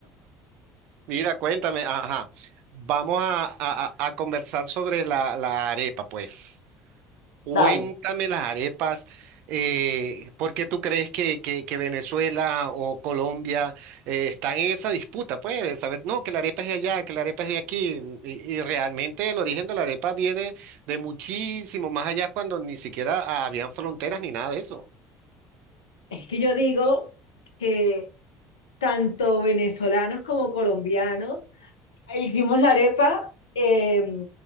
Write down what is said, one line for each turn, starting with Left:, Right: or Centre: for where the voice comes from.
Right: Mira, cuéntame, ajá, vamos a, a- a- a conversar sobre la, la arepa, pues. Cuéntame
Left: Dale.
Right: las arepas, eh, ¿por qué tú crees que, que- que Venezuela o Colombia eh, están en esa disputa? Pues, ¿Sabes? no, que la arepa es de allá, que la arepa es de aquí, y, y realmente el origen de la arepa viene de muchísimo más allá cuando ni siquiera habían fronteras ni nada de eso.
Left: Es que yo digo que tanto venezolanos como colombianos e Hicimos la arepa, eh,